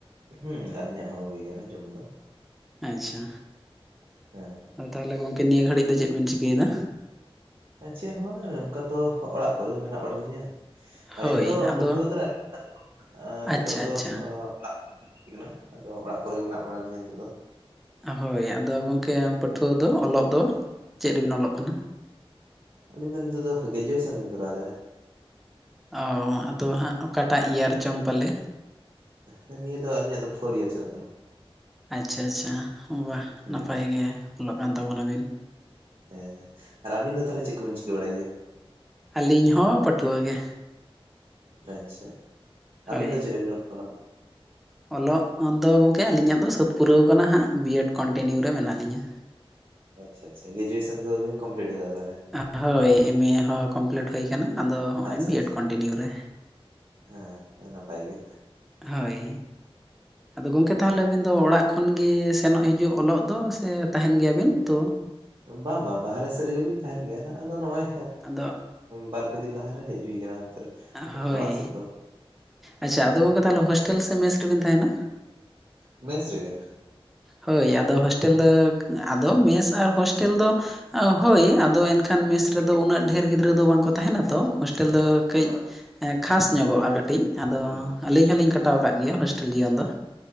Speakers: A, on the right; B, in the centre.
A: ᱦᱩᱸ ᱟᱹᱞᱤᱧᱟᱜ ᱦᱚᱸ ᱦᱩᱭ ᱠᱟᱱᱟ ᱡᱚᱢ ᱫᱚ᱾
B: ᱟᱪᱪᱷᱟ,
A: ᱦᱮᱸ
B: ᱟᱫᱚ ᱛᱟᱦᱚᱞᱮ ᱜᱚᱝᱠᱮ ᱱᱤᱭᱟᱹ ᱜᱷᱟᱹᱲᱤᱡ ᱫᱚ ᱪᱮᱫ ᱵᱮᱱ ᱪᱤᱠᱟᱹᱭᱮᱫᱟ?
A: ᱪᱮᱫ ᱦᱚᱸ ᱵᱟᱝᱟ ᱱᱚᱝᱠᱟ ᱫᱚ ᱚᱲᱟᱜ ᱠᱚᱨᱮ ᱜᱮ ᱢᱮᱱᱟᱜ ᱵᱟᱲᱟ ᱞᱤᱧᱟ᱾ ᱟᱹᱞᱤᱧ
B: ᱦᱳᱭ
A: ᱫᱚ
B: ᱟᱫᱚ
A: ᱯᱟᱹᱴᱷᱩᱣᱟᱹ <inaudible> ᱟ ᱱᱤᱛᱳᱜ
B: ᱟᱪᱪᱷᱟ
A: ᱫᱚ
B: ᱟᱪᱪᱷᱟ
A: <inaudible> <inaudible> ᱠᱟᱱᱟ ᱟᱫᱚ ᱚᱲᱟᱜ ᱠᱚᱨᱮ ᱜᱮ ᱢᱮᱱᱟᱜ ᱵᱟᱲᱟ ᱞᱤᱧᱟ ᱱᱤᱛᱚᱜ ᱫᱚ᱾
B: ᱦᱳᱭ ᱟᱫᱚ ᱜᱚᱝᱠᱮ ᱯᱟᱹᱴᱷᱩᱣᱟᱹ ᱫᱚ ᱚᱞᱚᱜ ᱫᱚ ᱪᱮᱫ ᱨᱮᱵᱤᱱ ᱚᱞᱚᱜ ᱠᱟᱱᱟ?
A: ᱟᱹᱞᱤᱧ ᱫᱚ ᱱᱤᱛᱳᱜ ᱫᱚ ᱜᱮᱡᱩᱭᱮᱥᱮᱱ ᱞᱤᱧ ᱠᱚᱨᱟᱣ ᱮᱫᱟ᱾
B: ᱚ ᱟᱫᱚ ᱦᱟᱸᱜ ᱚᱠᱟᱴᱟᱜ ᱤᱭᱟᱨ ᱪᱚᱝ ᱯᱟᱞᱮ?
A: ᱦᱮᱸ ᱱᱤᱭᱟᱹ ᱫᱚ ᱟᱹᱞᱤᱧᱟᱜ ᱫᱚ ᱯᱷᱳᱨ ᱤᱭᱟᱨ ᱪᱟᱞᱟᱜ ᱠᱟᱱᱟ᱾
B: ᱟᱪᱪᱷᱟ ᱟᱪᱪᱷᱟ ᱵᱟᱦ
A: ᱦᱩᱸ
B: ᱱᱟᱯᱟᱭ
A: ᱦᱩᱸ
B: ᱜᱮ ᱚᱞᱚᱜ ᱠᱟᱱ ᱛᱟᱵᱚᱱᱟᱵᱤᱱ᱾
A: ᱦᱮᱸ ᱦᱮᱸ ᱟᱨ ᱟᱹᱵᱤᱱ ᱫᱚ ᱛᱟᱦᱞᱮ ᱪᱮᱫ ᱠᱚᱵᱤᱱ ᱪᱤᱠᱟᱹ ᱵᱟᱲᱟᱭ ᱜᱮᱭᱟ?
B: ᱟᱹᱞᱤᱧ ᱦᱚᱸ ᱯᱟᱹᱴᱷᱣᱟᱹ ᱜᱮ᱾
A: ᱟᱪᱪᱷᱟ ᱟᱹᱵᱤᱱ
B: ᱦᱳᱭ
A: ᱫᱚ ᱪᱮᱫ ᱨᱮᱵᱤᱱ <inaudible> ᱠᱟᱱᱟ?
B: ᱚᱞᱚᱜ ᱫᱚ ᱜᱚᱝᱠᱮ ᱟᱹᱞᱤᱧᱟᱜ ᱫᱚ ᱥᱟᱹᱛ ᱯᱩᱨᱟᱹᱣ ᱠᱟᱱᱟ ᱦᱟᱸᱜ ᱵᱤ ᱮᱰ ᱠᱚᱱᱴᱤᱱᱤᱭᱩ ᱨᱮ ᱢᱮᱱᱟᱜ ᱞᱤᱧᱟᱹ᱾
A: ᱟᱪᱪᱷᱟ ᱪᱷᱟ ᱜᱮᱡᱩᱭᱮᱥᱮᱱ ᱠᱚᱫᱚ ᱵᱤᱱ ᱠᱚᱢᱯᱞᱤᱴ ᱠᱟᱫᱟᱢ ᱛᱟᱦᱞᱮ?
B: ᱚ ᱦᱳᱭ ᱮᱢ ᱮ ᱦᱚᱸ ᱠᱚᱢᱯᱞᱤᱴ ᱦᱩᱭ ᱠᱟᱱᱟ ᱟᱫᱚ ᱦᱚᱸᱜᱼᱚᱭ
A: ᱟᱪᱪᱷᱟ
B: ᱵᱤ
A: ᱟᱪᱪᱷᱟ
B: ᱮᱰ ᱠᱚᱱᱴᱤᱱᱤᱭᱩ ᱨᱮ᱾
A: ᱦᱮᱸ ᱛᱚ ᱱᱟᱯᱟᱭ ᱜᱮ᱾
B: ᱦᱳᱭ ᱟᱫᱚ ᱜᱚᱢᱠᱮ ᱛᱟᱦᱚᱞᱮ ᱟᱹᱵᱤᱱ ᱫᱚ ᱚᱲᱟᱜ ᱠᱷᱚᱱ ᱜᱮ ᱥᱮᱱᱚᱜ ᱦᱤᱡᱩᱜ ᱚᱞᱚᱜ ᱫᱚ ᱥᱮ ᱛᱟᱦᱮᱱ ᱜᱮᱭᱟᱵᱤᱱ ᱛᱚ᱾
A: ᱵᱟᱝ ᱵᱟᱝ ᱵᱟᱦᱨᱮ ᱥᱮᱫ ᱨᱮᱜᱮᱞᱤᱧ ᱛᱟᱦᱮᱱ ᱜᱮᱭᱟ ᱱᱟᱜ ᱟᱫᱚ ᱱᱚᱜᱼᱚᱭ
B: ᱟᱫᱚ
A: ᱵᱟᱨ ᱯᱟᱨᱯᱮ ᱫᱤᱱ ᱞᱟᱦᱮ ᱨᱮ ᱦᱮᱡ ᱦᱩᱭ ᱟᱠᱟᱱᱟ ᱚᱱᱛᱮ ᱨᱮ
B: ᱦᱳᱭ
A: ᱚᱲᱟᱜ ᱥᱮᱫ ᱫᱚ
B: ᱟᱪᱪᱷᱟ
A: ᱦᱩᱸ
B: ᱟᱫᱚ ᱜᱚᱢᱠᱮ
A: ᱦᱩᱸ
B: ᱛᱟᱦᱚᱞᱮ ᱦᱳᱥᱴᱮᱞ ᱥᱮ ᱢᱮᱥ ᱨᱮᱵᱤᱱ ᱛᱟᱦᱮᱱᱟ᱾
A: ᱢᱮᱥᱨᱮᱜᱮ᱾
B: ᱦᱳᱭ ᱟᱫᱚ ᱦᱳᱥᱴᱮᱞ ᱫᱚ ᱟᱫᱚ ᱢᱮᱥ ᱟᱨ ᱦᱳᱥᱴᱮᱞ ᱫᱚ ᱦᱳᱭ ᱟᱫᱚ ᱮᱱᱠᱷᱟᱱᱼᱼᱼ ᱠᱷᱟᱱ ᱢᱮᱥ ᱨᱮᱫᱚ ᱩᱱᱟᱹᱜ ᱰᱷᱮᱨ ᱜᱤᱫᱽᱨᱟᱹ ᱫᱚ ᱵᱟᱝᱠᱚ ᱛᱟᱦᱮᱱᱟ ᱛᱚ ᱦᱳᱥᱴᱮᱞ ᱫᱚ ᱠᱟᱹᱡᱼᱼᱼ
A: ᱦᱳᱭ
B: ᱠᱷᱟᱥ ᱧᱚᱜᱚᱜᱼᱟ ᱠᱟᱹᱴᱤᱡ ᱟᱫᱚ
A: ᱦᱩᱸ
B: ᱟᱹᱞᱤᱧ ᱦᱚᱞᱤᱧ ᱠᱟᱴᱟᱣ ᱟᱠᱟᱫ ᱜᱮᱭᱟ ᱦᱳᱥᱴᱮᱞ ᱡᱤᱭᱚᱱ ᱫᱚᱼᱼ